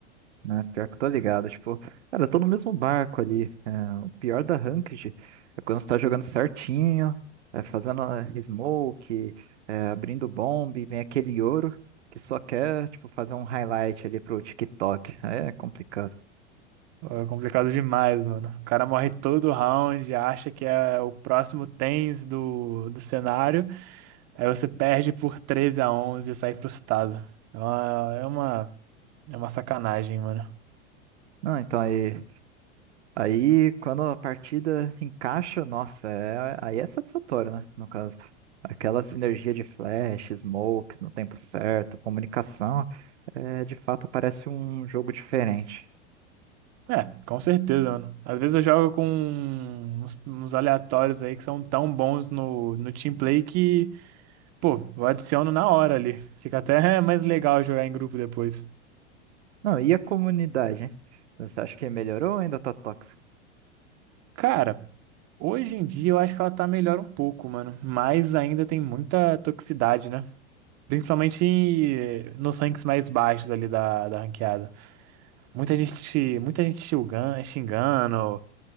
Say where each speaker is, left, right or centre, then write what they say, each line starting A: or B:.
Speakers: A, on the right (about 75°); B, on the right (about 50°).
A: né? Pior que eu tô ligado, tipo, cara, eu tô no mesmo barco ali. É, o pior da Ranked é quando você tá jogando certinho, é, fazendo é, smoke, é, abrindo bomb, e vem aquele ouro que só quer, tipo, fazer um highlight ali pro TikTok. Aí É complicado.
B: É complicado demais, mano. O cara morre todo round, acha que é o próximo tens do, do cenário, aí você perde por 13 a 11 e sai frustrado. É uma, é uma, é uma sacanagem, mano.
A: Não, então aí, aí quando a partida encaixa, nossa, é- aí é satisfatório, né? No caso. Aquela sinergia de flash, smokes no tempo certo, comunicação, é, de fato parece um jogo diferente.
B: É, com certeza, mano. Às vezes eu jogo com uns, uns aleatórios aí que são tão bons no, no team play que, pô, eu adiciono na hora ali. Fica até <laughs> mais legal jogar em grupo depois.
A: Não, e a comunidade, hein? Você acha que melhorou ou ainda tá tóxico?
B: Cara, Hoje em dia eu acho que ela tá melhor um pouco, mano. Mas ainda tem muita toxicidade, né? Principalmente eh, nos ranks mais baixos ali da, da ranqueada. Muita gente, muita gente xingan- xingando,